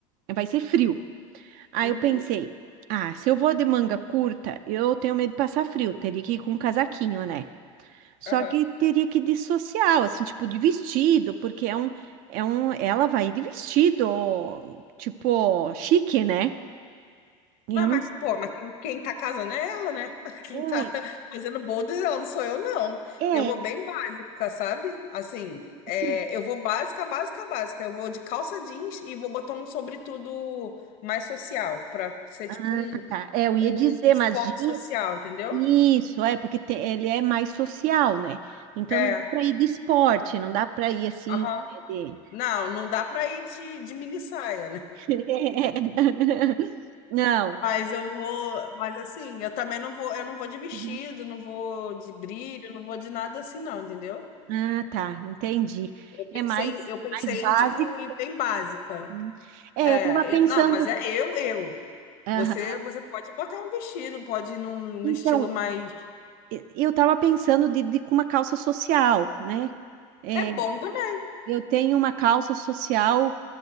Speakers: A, on the right (about 60°); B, on the left (about 60°).
A: vai ser frio. Aí
B: Uhum,
A: eu pensei, ah, se eu vou de manga curta, eu tenho medo de passar frio, teria que ir com um casaquinho, né? Só
B: aham.
A: que teria que ir de social, assim, tipo de vestido, porque é um. É um... Ela vai de vestido, tipo, chique, né? E
B: Mas,
A: eu não
B: mas, pô, mas quem, quem tá casando é ela, né? <laughs> Quem
A: sei.
B: tá fazendo bodas, é ela não sou eu, não.
A: É,
B: Eu vou
A: é,
B: bem básica, sabe? Assim, é,
A: sim.
B: eu vou básica, básica, básica. Eu vou de calça jeans e vou botar um sobretudo mais social, pra ser
A: Ah,
B: tipo um,
A: tá. É, eu ia
B: um
A: dizer,
B: esporte
A: mas diz.
B: social, entendeu?
A: Isso, é, porque te- ele é mais social, né? Então
B: É,
A: não dá para ir de esporte, não dá para ir assim.
B: aham.
A: de-
B: Não, não dá pra ir de, de mini saia,
A: <laughs> Não.
B: Mas eu vou, mas assim, eu também não vou, eu não vou de vestido,
A: Uhum.
B: não vou de brilho, não vou de nada assim, não, entendeu?
A: Ah, tá, entendi.
B: Eu pensei,
A: É mais,
B: eu pensei
A: mais básico.
B: em tipo ir bem básica.
A: Uhum. É,
B: É,
A: eu estava pensando.
B: eu- não, mas é eu, eu.
A: Aham.
B: Você, você pode botar um vestido, pode ir num, num
A: Então,
B: estilo mais.
A: e- eu estava pensando de, de com uma calça social, né? É,
B: É bom também,
A: eu tenho uma calça social